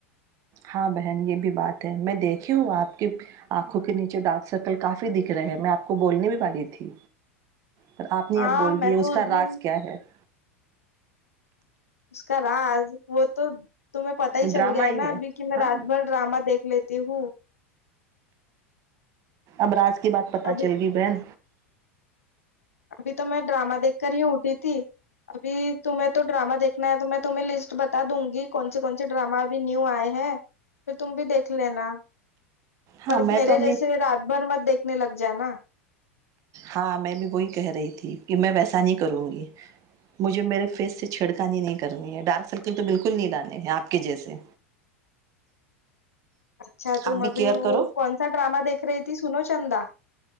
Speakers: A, on the right (about 45°); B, on the left (about 85°).
A: ہاں بہن یہ بھی بات ہے میں دیکھی ہوں آپ کی آنکھوں کے نیچے ڈارک سرکل کافی دکھ رہے ہے میں آپ کو بولنے بھی والی تھی پر آپ نے
B: ہاں
A: اب بول
B: میں
A: دیے اس
B: تو
A: کا
B: دن
A: راج کیا ہے <inaudible>
B: اس کا راز وہ تو تومہیں پتتا
A: ڈرامہ
B: ہی چل گیا ہے
A: ہی
B: نا ابھی کہ میں
A: ہاں
B: رات بھر ڈرامہ دیکھ لیتی ہوں
A: ابراج <unintelligible> کی بات پتا
B: ابھی
A: چلے گی بہن
B: ابھی تو میں ڈرامہ دیکھ کر ہی اٹھی تھی ابھی تمہیں تو ڈرامہ دیکھنا ہے تو میں تمہیں لسٹ بتا دوں گی کون سے کون سے ڈرامہ ابھی نیو آئے ہیں پھر تم بھی دیکھ لینا پر
A: ہاں میں
B: میرے
A: تو اپنی
B: جیسے رات بھر مت دیکھ سنے لگ ج نا
A: ہاں میں بھی وہی کہہ رہی تھی کہ میں ویسا نہیں کروں گی مجھے میرے فیس سے چھڑکانی نہیں کرنی ہے ڈارک کے تو بالکل نہیں لانے ہیں آپ آپ کی جیسے
B: اچھا تم
A: آپ بھی
B: ابھی
A: کیئر
B: وہ
A: کرو
B: کون سا ڈرامہ دیکھ رہی تھی سنو چندا